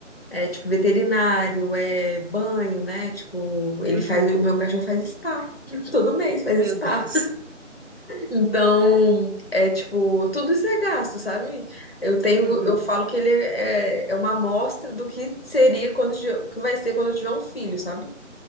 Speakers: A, on the left; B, on the right.
A: É, tipo, veterinário, é banho, né? Tipo, ele
B: Uhum.
A: faz, o meu cachorro faz spa. <laughs> Todo mês faz
B: Meu
A: spa.
B: Deus.
A: Então, é, tipo, tudo isso é gasto, sabe? Eu tenho,
B: Uhum.
A: eu falo que ele é, é uma amostra do que seria quando, eu tiver- que vai ser quando eu tiver um filho, sabe?